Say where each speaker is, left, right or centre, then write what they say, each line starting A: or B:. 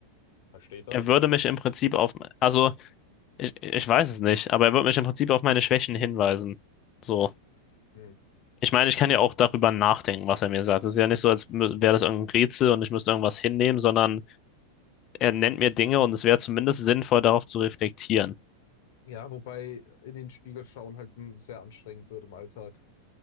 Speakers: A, on the left; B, on the left.
A: versteht das?
B: er würde
A: Also,
B: mich im Prinzip auf, also ich, ich weiß es nicht, aber er würde mich im Prinzip auf meine Schwächen hinweisen. So.
A: hm.
B: Ich meine, ich kann ja auch darüber nachdenken, was er mir sagt. Es ist ja nicht so, als mü- wäre das irgendein Rätsel und ich müsste irgendwas hinnehmen, sondern er nennt mir Dinge und es wäre zumindest sinnvoll, darauf zu reflektieren.
A: ja, wobei in den Spiegel schauen halt hm, sehr anstrengend wird im Alltag.